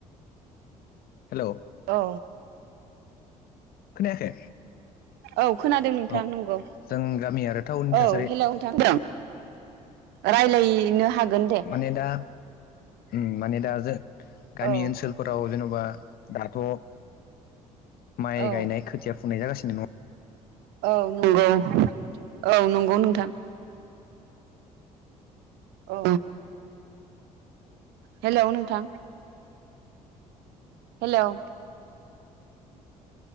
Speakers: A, on the left; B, on the right.
A: हेलौ
B: औ
A: खोनायाखै?
B: औ खोनादों नोंथां
A: औ
B: नंगौ
A: जों गामि आरो टाउननि
B: औ
A: थासारि
B: हेलौ नोंथां राय्लायनो हागोन दे
A: माने दा उम माने दा जों गामि
B: औ
A: ओनसोलफोराव जेन' बा दाथ' माइ
B: औ
A: गायनाय खोथिया फुननाय जागासिनो न
B: औ नंगौ औ नंगौ नोंथां। ओ हेलौ नोंथां हेलौ